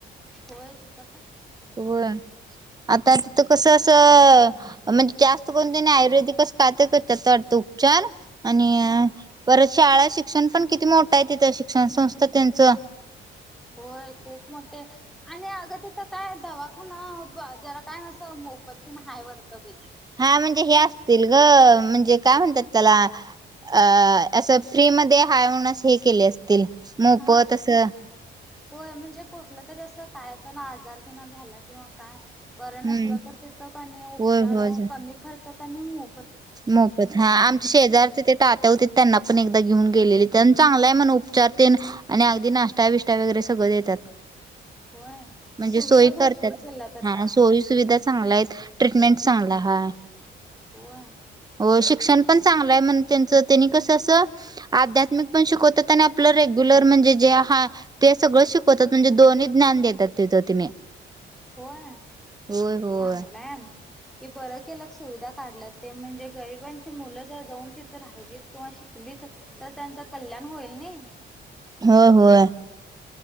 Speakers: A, in the centre; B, on the right.
A: हो तिथ
B: होय आता तिकस असंसस म्हणजे जास्त करून त्यांनी आयुर्वेदिकच काय ते करत्यात वाटतं उपचार आणि
A: हा
B: परत शाळा शिक्षण पण किती मोठा आहे तिथं शिक्षण संस्था त्यांचं
A: होय खूप मोठे आणि अगं तिथं काय दवाखाना ब जरा काय असं मोफत तेन हाय वाटतं बाई
B: हा म्हणजे हे असतील ग म्हणजे काय म्हणतात त्याला अ असं फ्री मध्ये हाय म्हण अस हे केले असतील. मोफत
A: हा
B: असं
A: होय म्हणजे कुठलं तरी असं काय पण आजार त्यांना झाला किंवा काय बरं नसलं
B: हम्म
A: तर तिथं क नही उपचार
B: होय होय
A: कमी खर्चात तनीमु
B: मोफत हा आम शेजार ते तात्या होते त्यांना पण एकदा घेऊन गेलेली तर चांगलंय आहे म्हण उपचार तेन आणि अगदी नाष्टा विष्टा वगैरे सगळं देतात.
A: होय
B: म्हणजे
A: सुविधा
B: सोयी करतात
A: भरपूर केल्यात आता
B: हा सोयी सुविधा चांगल्या आहेत. ट्रीटमेंट चांगला हाय
A: होय
B: हो शिक्षण पण चांगलं आहे म्हण त्यांच तनी कसं अस आध्यात्मिक पण शिकवतात आणि आपलं रेग्युलर म्हणजे जे हा ते सगळं शिकवतात म्हणजे दोन्ही ज्ञान देतात तिथं तिने
A: होय
B: होय होय.
A: चांगलं ती बर केल्यात सुविधा काढल्या ते म्हणजे गरिबांची मुलं जर जाऊन तिथं राहिली किंवा शिकलीत तर त्यांच कल्याण होईल. नही
B: हो होय